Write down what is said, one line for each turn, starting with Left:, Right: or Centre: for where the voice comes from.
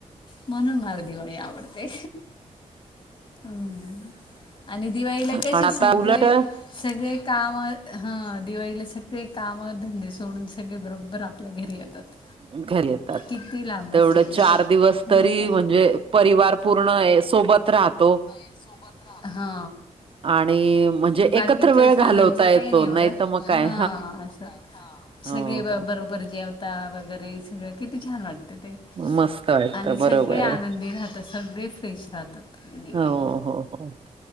Left: म्हणून, मला दिवाळी आवडते. हम्म, आणि दिवाळीला कसे
Right: पण आता
Left: सगळे.
Right: उलट
Left: सगळे काम हा दिवाळीला सगळे, काम धंदे सोडून सगळे बरोबर आप आपल्या घरी येतात.
Right: घरी येतात.
Left: किती लांब
Right: तेवढं
Left: असतील तरी
Right: चार दिवस तरी
Left: नाही का
Right: म्हणजे परिवार, पूर्ण सोबत राहतो.
Left: सोबत रातो हा,
Right: आणि म्हणजे एकत्र
Left: बाकीच्या
Right: वेळ
Left: सणांचं
Right: घालवता येतो
Left: काही नाही एवढं.
Right: तर मग
Left: हां,
Right: काय
Left: अस
Right: हो
Left: सगळे
Right: हो
Left: बरोबर जेवता. वगैरे सगळे, किती छान वाटतं ते,
Right: मस्त वाटतं
Left: आणि
Right: बरोबर
Left: सगळे आनंदी राहतात. सगळी फ्रेश राहतात. दिवाळीला
Right: हो हो हो.